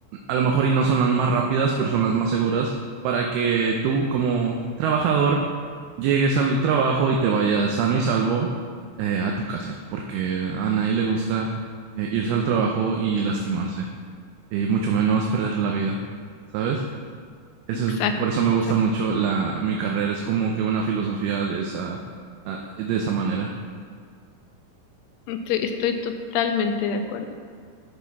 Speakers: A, on the right; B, on the left.
A: a lo mejor y no son las más rápidas, pero son las más seguras para que tú como trabajador llegues al trabajo y te vayas sano y salvo eh, a tu casa, porque a nadie le gusta eh, irse al trabajo y lastimarse, y mucho menos perder la vida, ¿sabes? Eso
B: Exacto,
A: es, por eso me
B: exactamente.
A: gusta mucho la, mi carrera, es como que una filosofía de esa, ah, de esa manera.
B: Estoy, estoy totalmente de acuerdo.